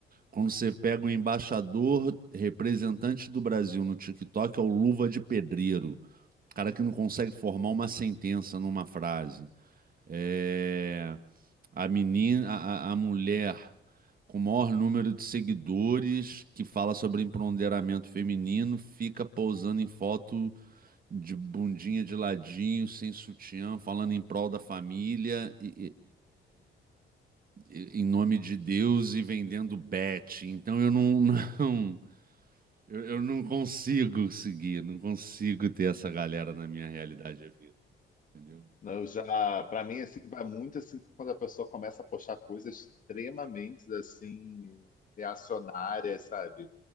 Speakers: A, on the right; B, on the left.
A: Quando você pega o embaixador representante do Brasil no TikTok, é o Luva de Pedreiro cara que não consegue formar uma sentença numa frase. É, a menina, a, a- a mulher com o maior número de seguidores que fala sobre empoderamento feminino fica pousando em foto de bundinha de ladinho, sem sutiã, falando em prol da família, e- e- e- e- em nome de Deus e vendendo bet. Então eu não, <laughs> não- eu, eu não consigo seguir, não consigo ter essa galera na minha realidade de vida. Entendeu?
B: Não, eu já, para mim, assim, vai muito assim quando a pessoa começa a postar coisas extremamente assim reacionárias, sabe?